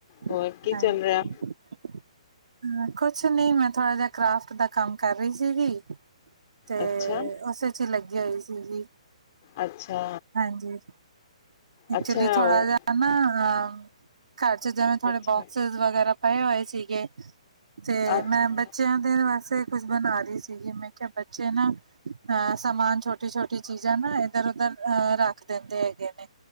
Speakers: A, on the left (about 25°); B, on the right (about 80°).
A: ਹੋਰ
B: ਹਾਂਜੀ।
A: ਕੀ ਚੱਲ ਰਿਹਾ
B: ਹੂੰ, ਕੁਛ ਨੀ ਮੈਂ ਥੋੜਾ ਜਾ ਕਰਾਫਟ ਦਾ ਕੰਮ ਕਰ ਰਹੀ ਸੀਗੀ। ਤੇ
A: ਅੱਛਾ
B: ਉਸ ਵਿਚ ਹੀ ਲੱਗੀ ਹੋਈ ਸੀਗੀ।
A: ਅੱਛਾ।
B: ਹਾਂਜੀ, ਐਕਚੁਲੀ
A: ਅੱਛਾ
B: ਥੋੜਾ
A: ਉਹ
B: ਜਾ ਨਾ ਹਾਂ ਘਰ ਚ ਜਿਵੇਂ ਥੋੜੇ
A: ਅੱਛਾ
B: ਬੋਕਸਿਜ ਵਗੈਰਾ ਪਏ ਹੋਏ ਸੀਗੇ, ਤੇ
A: ਅੱਛਾ
B: ਮੈਂ ਬੱਚਿ ਬੱਚਿਆਂ ਦੇ ਵਾਸਤੇ ਕੁਛ ਬਣਾ ਰਹੀ ਸੀਗੀ, ਮੈਂ ਕਿਹਾ ਬੱਚੇ ਨਾ ਅਹ ਸਮਾਨ ਛੋਟੀ- ਛੋਟੀ ਚੀਜ਼ਾਂ ਨਾ, ਇੱਧਰ ਉਧਰ ਅਹ ਰੱਖ ਦਿੰਦੇ ਹੈਗੇ ਨੇ।